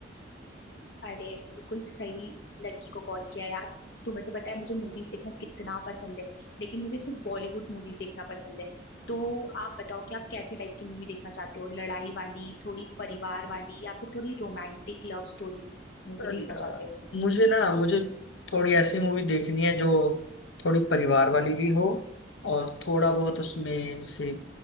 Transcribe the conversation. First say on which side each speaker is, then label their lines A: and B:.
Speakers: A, on the left (about 60°); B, on the left (about 80°).
A: अरे बिल्कुल सही लड़की को कॉल किया यार तुम्हें तो पता है मुझे मूवीज देखना कितना पसंद है लेकिन मुझे सिर्फ बॉलीवुड मूवीज देखना पसंद है तो आप बताओ कि आप कैसे टाइप की मूवी देखना चाहते हो लड़ाई वाली थोड़ी परिवार वाली या फिर थोड़ी रोमांटिक लव स्टोरी मूवी
B: अ,
A: देखना चाहते हो
B: मुझे ना मुझे थोड़ी ऐसी मूवी देखनी है जो थोड़ी परिवार वाली भी हो और थोड़ा बहुत उसमें जैसे